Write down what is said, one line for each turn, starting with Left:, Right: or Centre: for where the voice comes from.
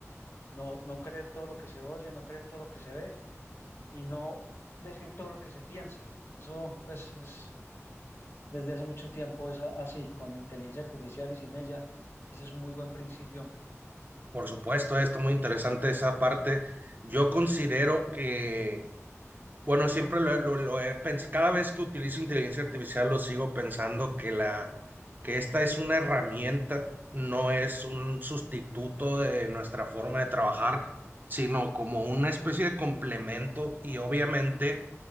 Left: no, no creer todo lo que se oye, no creer todo lo que se ve y no decir todo lo que se piensa. Eso, pues, es, desde hace mucho tiempo es a- así, con la inteligencia artificial y sin ella. Ese es un muy buen principio, hombre.
Right: Por supuesto, está muy interesante esa parte. Yo considero que Bueno, siempre lo, lo- lo he pensado, cada vez que utilizo inteligencia artificial lo sigo pensando que la, que esta es una herramienta, no es un sustituto de nuestra forma de trabajar, sino como una especie de complemento y obviamente